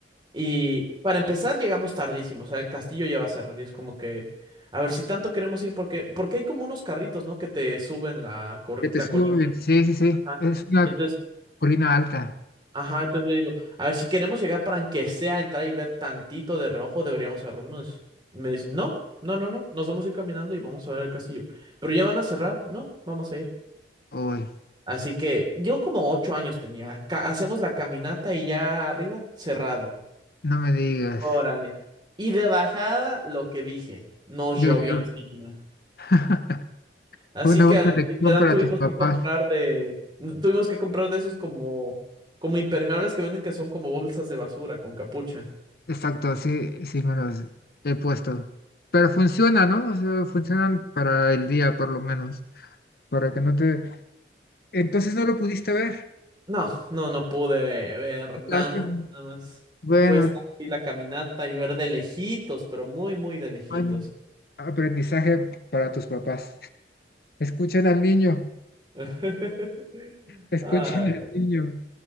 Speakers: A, on the right; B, on the left.
A: Y para empezar, llegamos tardísimo, o sea, el castillo ya va a cerrar y es como que, a ver si tanto queremos ir, porque, porque hay como unos carritos, ¿no? Que te suben la, cor-
B: que te
A: la
B: suben.
A: colina.
B: Sí, sí, sí.
A: Ajá.
B: Es una
A: Y Entonces,
B: colina alta.
A: ajá, entonces yo digo, a ver si queremos llegar para aunque sea entrar y ver tantito de reojo, deberíamos agarrar uno de esos. Me dicen, no, no, no, no, nos vamos a ir caminando y vamos a ver el castillo. Pero ya van a cerrar, no, vamos a ir.
B: Hoy,
A: Así que yo como ocho años tenía, ca- hacemos la caminata y ya arriba, cerrado.
B: no me digas.
A: Órale. Y de bajada, lo que dije, nos
B: Llovió.
A: llovió encima.
B: <laughs>
A: Así
B: Fue una
A: que
B: buena
A: al-
B: lección
A: literal
B: para
A: tuvimos
B: tus papás.
A: que comprar de, tuvimos que comprar de esos como, como impermeables que venden que son como bolsas de basura con capucha.
B: Exacto, sí, sí me los he puesto. Pero funciona, ¿no? O sea, funcionan para el día por lo menos, para que no te... Entonces no lo pudiste ver.
A: No, no, no pude ver nada,
B: Lástima.
A: nada más.
B: Bueno,
A: Fue estar aquí la caminata y ver de lejitos, pero muy, muy de lejitos.
B: buen aprendizaje para tus papás. Escuchen al niño,
A: <laughs>
B: escuchen
A: Ah,
B: al niño.